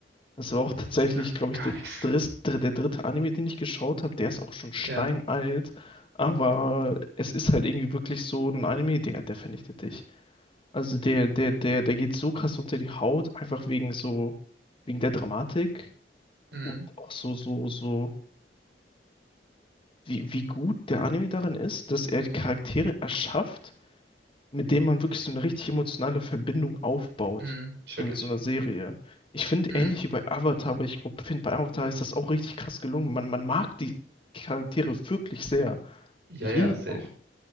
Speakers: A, on the left; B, on the right.
A: Das war auch tatsächlich,
B: sagt
A: glaube
B: mir gar
A: ich, der
B: nichts.
A: dritte, der dritte Anime, den ich geschaut habe. Der ist auch schon steinalt,
B: Ja,
A: aber es ist halt irgendwie wirklich so ein Anime, der, der vernichtet dich. Also der, der, der, der geht so krass unter die Haut, einfach wegen so, wegen der Dramatik
B: mhm,
A: und auch so, so, so, wie, wie gut der Anime darin ist, dass er Charaktere erschafft, mit dem man wirklich so eine richtig emotionale Verbindung aufbaut
B: mhm, check
A: in
B: ich.
A: so einer Serie. Ich finde
B: Mhm.
A: ähnlich wie bei Avatar, aber ich finde bei Avatar ist das auch richtig krass gelungen. Man, man mag die Charaktere wirklich sehr.
B: Ja,
A: Jeden
B: ja, safe.
A: auch.